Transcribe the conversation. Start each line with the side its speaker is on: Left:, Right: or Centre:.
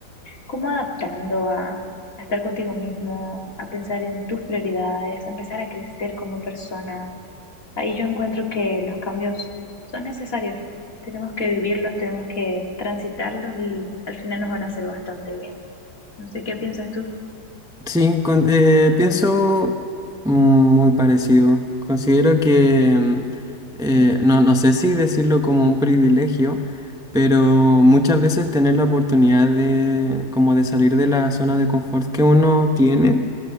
Left: como adaptando a, a estar contigo mismo, a pensar en tus prioridades, a empezar a crecer como persona. Ahí yo encuentro que los cambios son necesarios, tenemos que vivirlos, tenemos que transitarlos y al final nos van a hacer bastante bien. No sé qué piensas tú.
Centre: Sí, con- eh, pienso muy parecido. Considero que, mm, eh, no, no sé si decirlo como un privilegio, pero muchas veces tener la oportunidad de, como de salir de la zona de confort que uno tiene,